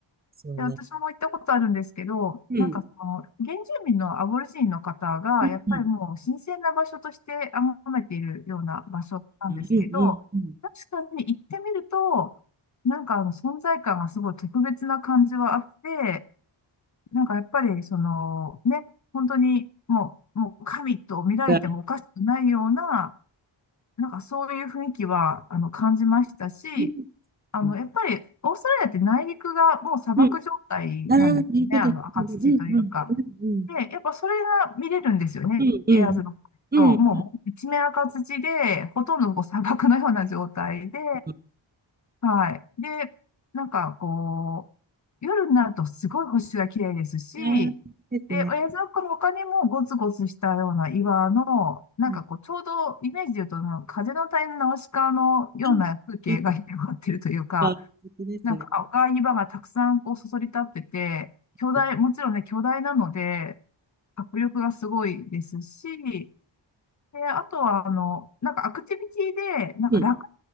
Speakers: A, on the right; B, on the left.
A: そうね。
B: で、私も行ったことあるんですけど、
A: うん。
B: なんかその、原住民のアボリジニの方が、
A: うん。
B: やっぱりもう神聖な場所として崇めているような場所なんですけど、
A: うん。
B: 確かに行ってみると、なんかあの存在感がすごい特別な感じはあって、なんかやっぱりその、ね、本当にもう、もう神と見られてもおかしくないような、
A: ああ、
B: なんかそういう雰囲気は、あの、感じましたし、
A: うんうんうん
B: あの、
A: そうね
B: やっぱり、オーストラリアって内陸がもう砂漠状態なんですね。
A: うんうんうんあうんうんうんがうんうん。ああ、なるほど。
B: あの、
A: うんうん。
B: 赤土というか。
A: うんうん。
B: で、やっぱそれが見れるんですよね。
A: うんうん。
B: エアーズロックと、
A: うんうん。
B: もう一面赤土で、ほとんどこう砂漠のような状態で、
A: うん。
B: はい。で、なんかこう、夜になるとすごい星が綺麗ですし、
A: あーそうですね。
B: で、親父のの他にもゴツゴツしたような岩の、なんかこう、
A: うん。
B: ちょうどイメージで言うと、なんか風の谷のナウシカのような風景が
A: あ、やっ
B: <laughs> 広がってるというか、
A: た素敵ですね。
B: なんか赤い岩がたくさんこうそそり立ってて、巨大、
A: うん。
B: もちろんね、巨大なので、迫力がすごいですし、で、あとは、あの、なんかアクティビティで、なんかラク
A: うん。